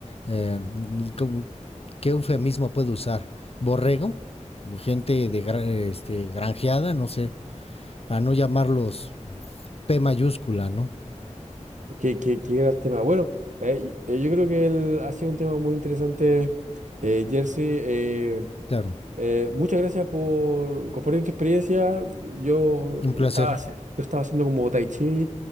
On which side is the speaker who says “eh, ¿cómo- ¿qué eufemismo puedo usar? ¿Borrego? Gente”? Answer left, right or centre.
Left